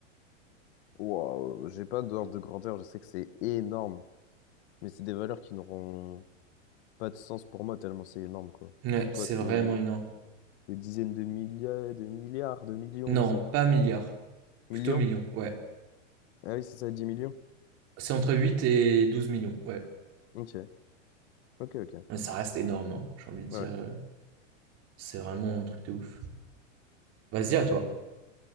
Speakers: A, on the left; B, on the right.
A: Waouh, j'ai pas d'ordre de grandeur, je sais que c'est énorme, mais c'est des valeurs qui n'auront pas de sens pour moi tellement c'est énorme quoi.
B: Ouais,
A: C'est
B: c'est
A: quoi, c'est
B: vraiment énorme.
A: des dizaines de milliards, de milliards, de millions,
B: Non,
A: je sais pas.
B: pas milliards, plutôt
A: Millions?
B: millions, ouais.
A: Ah oui, c'est ça, 10 millions.
B: C'est entre 8 et 12 millions, ouais.
A: Ok, ok, ok.
B: Mais ça reste énorme, hein, j'ai envie de dire.
A: Ouais.
B: euh, C'est vraiment un truc de ouf. Vas-y, à toi.